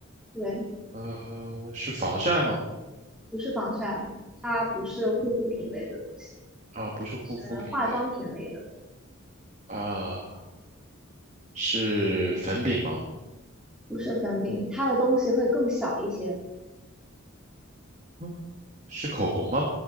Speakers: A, in the centre; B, on the right.
A: 对，
B: 呃，是防晒吗？
A: 不是防晒，它不是护肤品类的东西，
B: 啊，不是护肤品类
A: 是化妆品类的，
B: 的啊，是粉饼吗？
A: 不是粉饼。它的东西会更小一些，
B: 嗯，是口红吗？